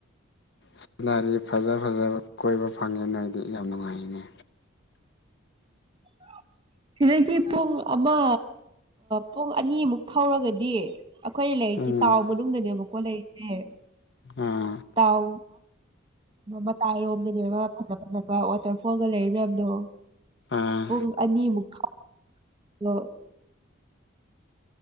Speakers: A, on the left (about 55°); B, on the right (about 25°).
A: ꯁꯤꯅꯗꯤ ꯐꯖ ꯐꯖꯕ ꯀꯣꯏꯕ ꯐꯪꯉꯦ ꯅꯣꯏꯗꯤ ꯌꯥꯝ ꯅꯨꯡꯉꯥꯏꯅꯤ
B: ꯑ ꯁꯤꯗꯒꯤ ꯄꯨꯡ ꯑꯃ ꯄꯨꯡ ꯑꯅꯤꯃꯨꯛ ꯊꯧꯔꯒꯗꯤ ꯑꯩꯈꯣꯏꯅ ꯂꯩꯔꯤꯁꯦ
A: ꯎꯝ
B: ꯇꯥꯎꯟ ꯃꯅꯨꯡꯗꯅꯦꯕꯀꯣ ꯂꯩꯔꯤꯁꯦ
A: ꯑꯥ
B: ꯇꯥꯎ ꯃꯇꯥꯏꯔꯣꯝꯗꯅꯦꯕ ꯐꯖ ꯐꯖꯕ ꯋꯥꯇꯔꯐꯣꯜꯒ ꯂꯩꯔꯤ ꯃꯌꯥꯝꯗꯣ
A: ꯑꯥ
B: ꯄꯨꯡ ꯑꯅꯤꯃꯨꯛꯛꯇꯥꯎ ꯑ